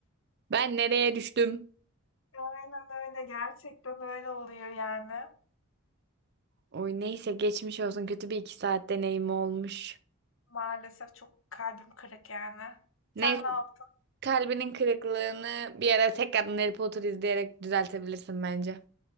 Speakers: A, on the right (about 50°); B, on the left (about 60°).
A: Ben nereye düştüm?
B: Aynen öyle, gerçekten öyle oluyor yani.
A: Oy neyse geçmiş olsun kötü bir iki saat deneyim olmuş.
B: Maalesef çok kalbim kırık yani.
A: Neyse
B: Sen ne yaptın?
A: kalbinin kırıklığını bir ara tekrardan Harry Potter izleyerek düzeltebilirsin bence.